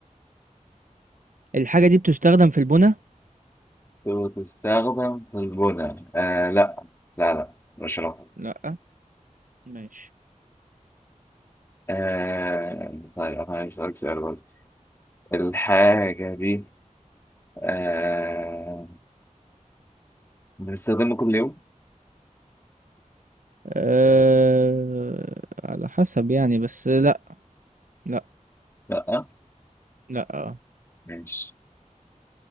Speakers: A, on the right; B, on the left.
A: الحاجة دي بتُستخدم في البُنا؟
B: وتستخدم في البناء آه لأ لا لا مش علاقة
A: لأ، ماشي،
B: آه طيب أنا عايز أسألك سؤال برضه الحاجة دي آه بنستخدمها كل يوم؟
A: آآ على حسب يعني، بس لأ، لأ،
B: لأ
A: لأ، آه،
B: ماشي